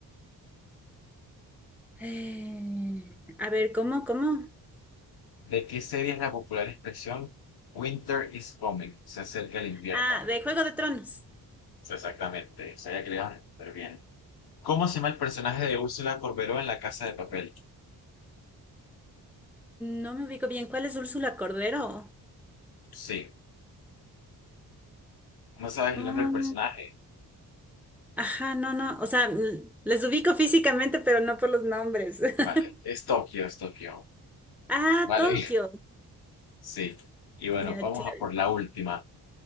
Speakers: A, in the centre; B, on the left.
A: Eh, a ver, ¿cómo, cómo?
B: ¿De qué serie es la popular expresión Winter is coming? Se acerca el invierno.
A: Ah, de Juego de Tronos.
B: Sí, Exactamente, sabía que le iba a responder bien. ¿Cómo se llama el personaje de Úrsula Corberó en La Casa de Papel?
A: No me ubico bien. ¿Cuál es Úrsula Cordero?
B: Sí. No sabes
A: Mm,
B: el nombre del personaje.
A: ajá, no, no. O sea, l- les ubico físicamente, pero no por los nombres. <laughs>
B: Vale, es Tokio, es Tokio.
A: Ah,
B: Vale,
A: Tokio.
B: <laughs> sí. Y bueno,
A: Ya,
B: vamos
A: chévere.
B: a por la última.